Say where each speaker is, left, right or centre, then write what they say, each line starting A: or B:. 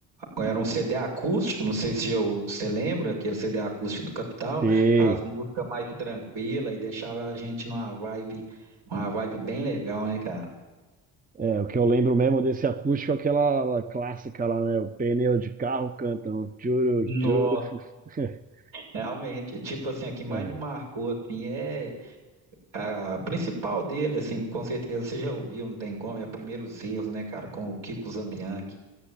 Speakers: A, on the right (about 70°); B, on the right (about 20°).
A: Era um CD acústico, não sei se eu, você lembra, aquele CD acústico do Capital,
B: Sei.
A: as músicas mais tranquilas e deixava a gente numa vibe, uma vibe bem legal, né, cara?
B: É, o que eu lembro mesmo desse acústico é aquela clássica lá, né? O pneu de carro cantam. Tchuru,
A: Nossa,
B: tchuru. <laughs>
A: realmente, tipo assim, a que mais
B: É,
A: me marcou, assim, é a principal dele, assim, com certeza você já ouviu, não tem como, é Primeiros Erros, né, cara, com o Kiko Zambianchi.